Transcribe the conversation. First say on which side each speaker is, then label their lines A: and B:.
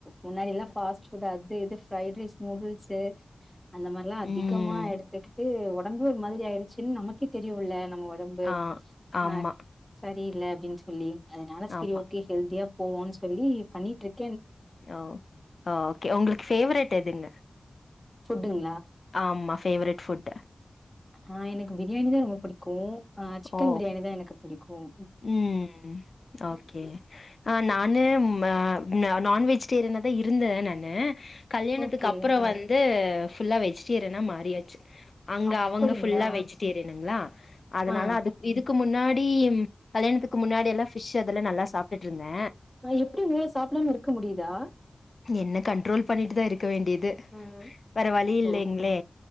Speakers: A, in the centre; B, on the left.
A: முன்னாடி எல்லா ஃபாஸ்ட்ஃபுட் அது இது ஃப்ரைட்ரைஸ் நூடுல்ஸு அந்த மாரிலா அதிகமா
B: ம்.
A: எடுத்துக்கிட்டு ஒ டம்பு ஒரு மாதிரி ஆயிடுச்சுன் நமக்கே தெரியுல்ல ஒடம்பு
B: ஆ ஆமா,
A: அ சரியில்ல அப்டின்னு சொல்லி அதனால சரி
B: ஆமா.
A: ஓகே ஹெல்தியா போவோனு சொல்லி பண்ணிட்டு இருக்
B: ஓ ஓகே உங்களுக்கு ஃபேவரட் எதுங்க
A: ஃபுட்டுங்
B: ஆமா ஃபேவரட் ஃபுட்
A: ஆ எனக்கு பிரியாணி தா ரொம்ப பிடிக்கும் ஆஹ் சிக்கன்
B: ஓ!
A: பிரியாணி தான் எனக்கு பிடிக்கும்
B: ம் ஓகே ஆ நானு ம நா நான்வெஜிடேரியனா தா இருந்த நானு கல்யாணத்துக்கு
A: ஓகே
B: அப்பறோ வந்து ஃபுல்லா வெஜிடேரியனா மாறியாச்சு அங்க
A: அப்படிங்களா
B: அவங்க ஃபுல்லா வெஜிடேரியனுங்களா அதனால
A: ஆ
B: அது இதுக்கு முன்னாடி டீம் கல்யணத்துக்கு முன்னாடி எல்லா ஃபிஷ் அதெல்லா நல்லா சாப்ட்டுட்டுருந்தே
A: அ எப்புடி உங்களால சாப்டாம இருக்க முடியுதா
B: என்ன கண்ட்ரோல் பண்ணிட்டுதா இருக் இருக்க வேண்டியது
A: ம்
B: வேற வழி இல்லேங்ளே
A: ஓகே